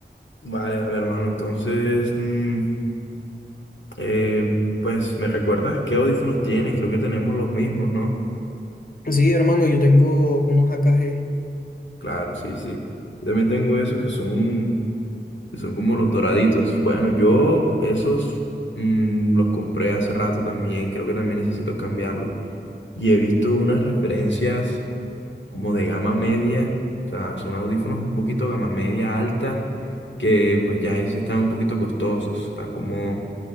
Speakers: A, on the left (about 80°); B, on the left (about 50°).
A: vale, vale, hermano. Entonces, mm, eh, pues, ¿me recuerdas qué audífonos tienes? Creo que tenemos los mismos, ¿no?
B: Sí, hermano, yo tengo unos AKG.
A: Claro, sí, sí. Yo también tengo esos que son, que son como los doraditos. Bueno, yo esos mm, los compré hace rato también. Creo que también necesito cambiarlos. Y he visto unas referencias como de gama media, o sea, son audífonos un poquito gama media alta, que pues ya ahí sí están un poquito costosos, están como